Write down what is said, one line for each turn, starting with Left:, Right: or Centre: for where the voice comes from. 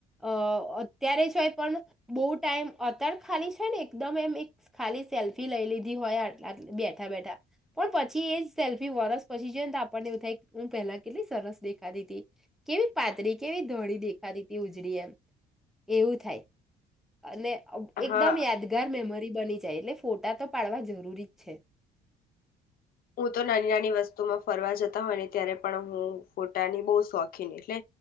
Centre: અ અત્યારે છે પણ જ ટાઈમ અત્યારે ખાલી છે ને એકદમ એમ એક ખાલી સેલ્ફી લઈ લીધી હોય બેઠા બેઠા પણ પછી એ જ સેલ્ફી વરસ પછી જોઈને તો આપણને એવું થાય હું પહેલા કેટલી સરસ દેખાતી હતી કેવી પાતળી, કેવી ધોળી દેખાતી હતી, ઉજળી એમ એવું થાય. અને એકદમ
Left: હા
Centre: યાદગાર મેમરી બની જાય એટલે ફોટા તો પાડવા જરૂરી જ છે.
Left: હું તો નાની નાની વસ્તુમાં ફરવા જતા હોય ને ત્યારે પણ હું ફોટાની બહુ શોખીન એટલે